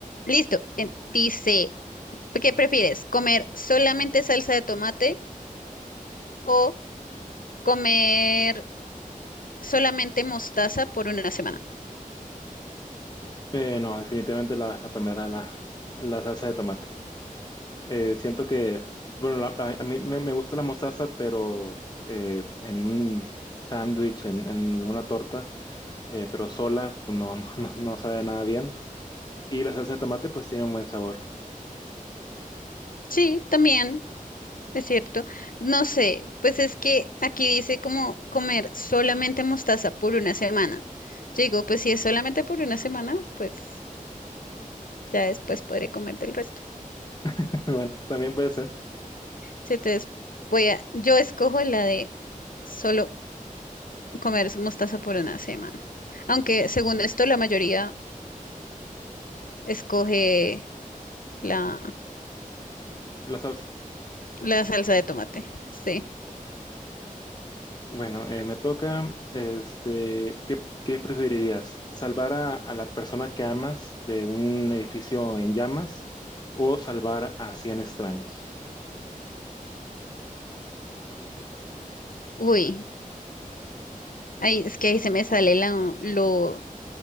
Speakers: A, on the left; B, on the left.
A: listo. En- Dice, ¿qué prefieres? ¿Comer solamente salsa de tomate o comer solamente mostaza por una semana?
B: Eh, no, definitivamente la, la primera, la, la salsa de tomate. Eh, siento que, bueno, la- a, a mí me, me gusta la mostaza, pero eh, en un sándwich, en, en una torta, eh, pero sola, pues no, <laughs> no, no, no sabe nada bien. Y la salsa de tomate, pues tiene un buen sabor.
A: Sí, también, es cierto. No sé, pues es que aquí dice como comer solamente mostaza por una semana. Yo digo, pues si es solamente por una semana, pues ya después podré comer del resto.
B: <laughs> Bueno, también puede ser
A: Sí, entonces voy a, yo escojo la de solo comer su mostaza por una semana. Aunque según esto, la mayoría escoge la,
B: la salsa.
A: la salsa de tomate. Sí.
B: Bueno, eh, me toca, este, ¿qué, qué preferirías? ¿Salvar a, a la persona que amas de un edificio en llamas o salvar a 100 extraños?
A: Uy, ahí es que ahí se me sale la, lo,